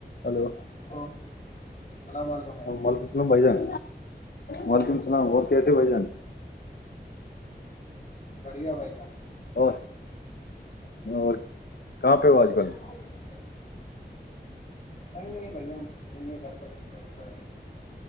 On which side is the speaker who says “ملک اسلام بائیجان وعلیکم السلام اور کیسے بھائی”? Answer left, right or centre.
Left